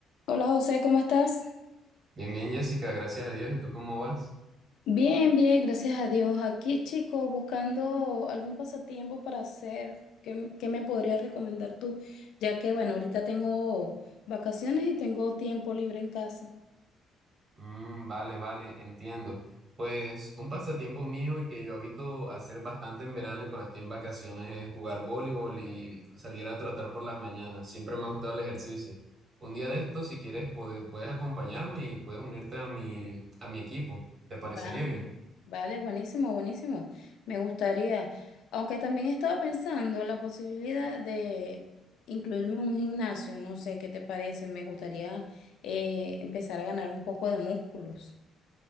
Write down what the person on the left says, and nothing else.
Hola José, ¿cómo estás?
Bien, bien, gracias a Dios. Aquí, chico, buscando algún pasatiempo para hacer. ¿Qué, m- qué me podrías recomendar tú? Ya que, bueno, ahorita tengo vacaciones y tengo tiempo libre en casa.
Vale,
vale, buenísimo, buenísimo. Me gustaría, aunque también estaba pensando la posibilidad de incluirme en un gimnasio, no sé qué te parece, me gustaría eh, empezar a ganar un poco de músculos.